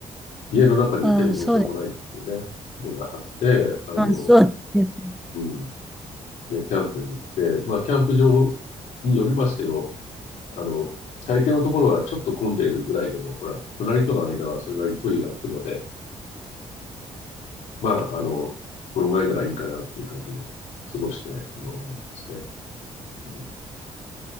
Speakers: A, on the left (about 75°); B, in the centre.
A: 家の中にいてもどうしようもないっていうね、
B: あ、そうです。
A: のがあって、あの、
B: まあそうですよね。
A: うん、で、キャンプに行って、まあ、キャンプ場によりますけど、あの、大抵のところはちょっと混んでいるぐらいでも、ほら、隣との間はそれなりに距離が空くので、まあ、あの、このぐらいならいいかなっていう感じで過ごしてるのが多いですね。うん、